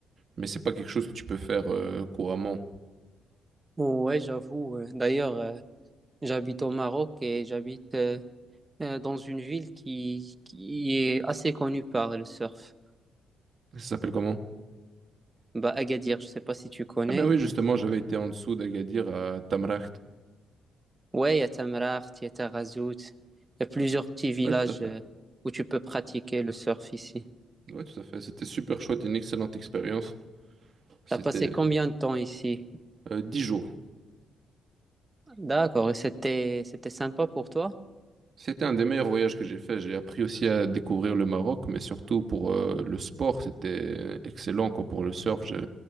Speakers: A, on the right; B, on the right.
A: Mais c'est pas quelque chose que tu peux faire euh, couramment.
B: Ouais, j'avoue. ouais. D'ailleurs, euh, j'habite au Maroc et j'habite euh, euh, dans une ville qui, qui est assez connue par le surf.
A: Ça s'appelle comment?
B: Bah, Agadir, je ne sais pas si tu connais.
A: Ah ben oui, justement, j'avais été en dessous d'Agadir à Tamraght.
B: Ouais, il y a Tamraght, il y a Tarazout, il y a plusieurs petits villages
A: Ouais, tout à fait.
B: euh, où tu peux pratiquer le surf ici.
A: Ouais, tout à fait. C'était super chouette, une excellente expérience. C'était
B: T'as passé combien de temps ici?
A: euh, 10 jours.
B: D'accord, et c'était c'était sympa pour toi?
A: C'était un des meilleurs voyages que j'ai fait. J'ai appris aussi à découvrir le Maroc, mais surtout pour euh, le sport, c'était excellent quoi, pour le surf. J'ai